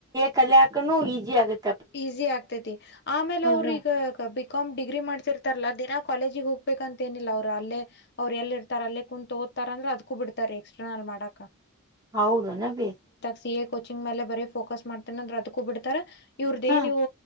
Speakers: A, on the right (about 20°); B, on the left (about 50°).
A: ಕಲೆ ಹಾಕನು ಈಸಿ ಆಗುತ್ತೆ
B: ಈಸಿ ಆಗ್ತೈತಿ ಆಮೇಲೆ ಅವ್ರ
A: ಹಾ
B: ಈಗ ಬಿಕಾಮ್ ಡಿಗ್ರಿ ಮಾಡ್ತಿರ್ತಾರಲ್ಲಾ ದಿನಾ ಕಾಲೇಜಿಗೆ ಹೋಗ್ ಹ ಬಬೇಕಂತ ನಿಲ್ಲ ಅವ್ರು ಅಲ್ಲೇ ಅವ್ರು ಎಲ್ಲಿ ಇರ್ತಾರ ಅಲ್ಲೇ ಕುೂತ್ ದತ ಅಂದ್ರ ಅದ್ಕೂ ಬಿಡ್ತ ಎಕ್ಸ್ಟ್ರಾನ ಅಲ್ ಮಾಡಕ
A: ಹೌದು ನ ಬಿ
B: ಸಿ ಎ ಕೋಚಿಂಗ್ ಮೇಲೆ ಬರೀ ಫೋಕಸ್ ಮಾಡ್ತೇನ ಅಂದ್ರೆ ಅದಕ್ಕೂ ಬಿಡ್ತಾರೆ ಇವ್ರದೇನ್
A: ಹಾ
B: ನೀವು